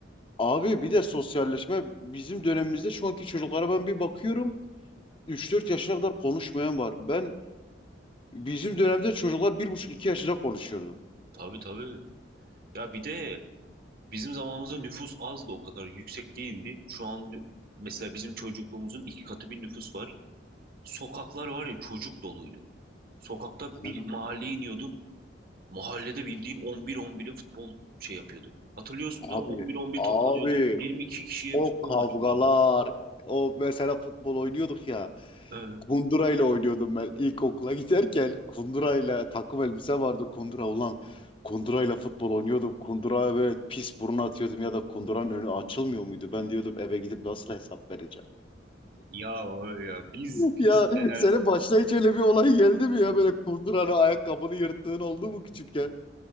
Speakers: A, on the left (about 30°); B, on the right (about 55°).
A: Abi bir de sosyalleşme bizim dönemimizde şu anki çocuklara ben bir bakıyorum. üç dört yaşına kadar konuşmayan var. Ben bizim dönemde çocuklar bir buçuk iki yaşında konuşuyordu.
B: Tabii tabii. Ya bir de Bizim zamanımızda nüfus az da o kadar yüksek değildi. Şu an nü- mesela bizim çocukluğumuzun iki katı bir nüfus var. Sokaklar var ya çocuk doluydu. Sokakta
A: He.
B: bir mahalleye iniyordun. Mahallede bildiğin 11-11'e futbol şey yapıyorduk. Hatırlıyorsun
A: Abi,
B: da 11-11
A: abi
B: toplanıyorduk. 22 kişiye
A: O
B: futbol
A: kavgalar,
B: maçı oynuyorduk.
A: o mesela futbol oynuyorduk ya.
B: Ee,
A: Kundurayla oynuyordum ben ilkokula giderken. Kundurayla takım elbise vardı kundura ulan. Kundurayla futbol oynuyordum. Kunduraya böyle pis burun atıyordum ya da kunduranın önü açılmıyor muydu? Ben diyordum eve gidip nasıl hesap vereceğim?
B: ya var ya biz
A: <laughs>
B: biz
A: Ya
B: neler
A: senin başına hiç öyle bir olay geldi mi ya? Böyle kunduranın ayakkabını yırttığın oldu mu küçükken?